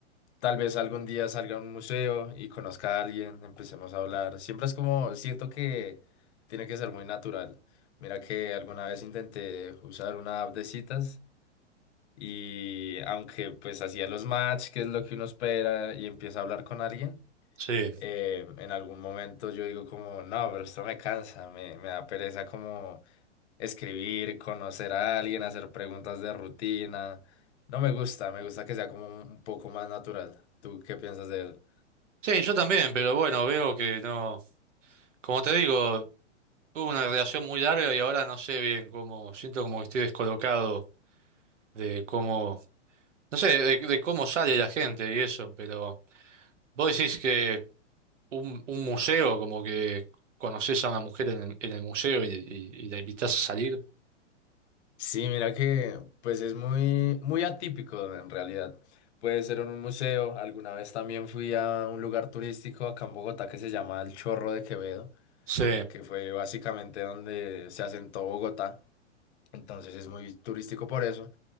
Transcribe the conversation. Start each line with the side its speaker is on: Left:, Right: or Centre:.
Left: Tal vez algún día salga a un museo y conozca a alguien, empecemos a hablar. Siempre es como, siento que tiene que ser muy natural. Mira que alguna vez intenté usar una app de citas y aunque pues hacía los match, que es lo que uno espera, y empieza a hablar con alguien,
Right: sí.
Left: eh, en algún momento yo digo como, no, pero esto me cansa, me, me da pereza como escribir, conocer a alguien, hacer preguntas de rutina. No me gusta, me gusta que sea como un un poco más natural. ¿Tú qué piensas de él?
Right: Sí, yo también, pero bueno, veo que no. Como te digo, tuve una relación muy larga y ahora no sé bien cómo. Siento como que estoy descolocado de cómo. No sé, de, de cómo sale la gente y eso, pero vos decís que un, un museo, como que conoces a una mujer en el, en el museo y, y- y la invitás a salir.
Left: Sí, mira que pues es muy, muy atípico en realidad. Puede ser en un museo. Alguna vez también fui a un lugar turístico acá en Bogotá que se llama El Chorro de Quevedo,
Right: Sí,
Left: que fue básicamente donde se asentó Bogotá. Entonces es muy turístico por eso.